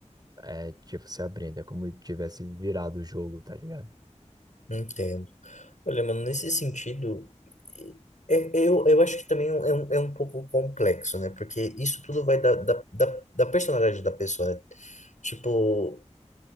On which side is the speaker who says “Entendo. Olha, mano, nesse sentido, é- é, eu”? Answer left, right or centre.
Left